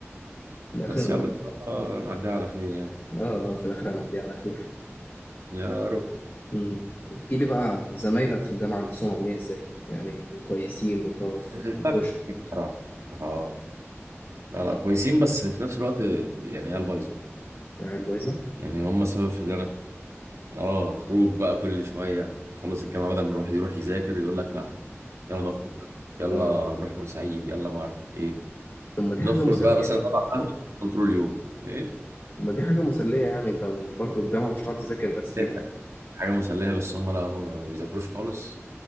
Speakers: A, on the left; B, on the right.
A: في الاخر
B: بس يلا ان شاء الله نعديها على خير يعني
A: اه آه، في الاخر انا على خير
B: يا رب
A: مم. احكي لي بقى زمايلك في الجامعة نفسهم عاملين ازاي يعني كويسين لطاف
B: الفرق
A: وبش
B: كتير بصراحة اه لا لا كويسين بس في نفس الوقت يعني عيال بايظه
A: يعني الويزة
B: يعني هم سبب في اللي انا اه خروج بقى كل شويه نخلص الجامعه بدل ما الواحد يروح يذاكر يقول لك لا يلا نخرج يلا
A: اه
B: نروح بورسعيد يلا ما اعرف ايه
A: طب ما دي
B: نخرج
A: حاجة مسلية
B: بقى مثلا نقعد على القهوه طول اليوم ايه
A: طب ما دي حاجة مسلية يعني انت برضه الجامعة مش هتقعد تذاكر بس فيها
B: ده حاجه مسليه بس هم لا هم ما بيذاكروش خالص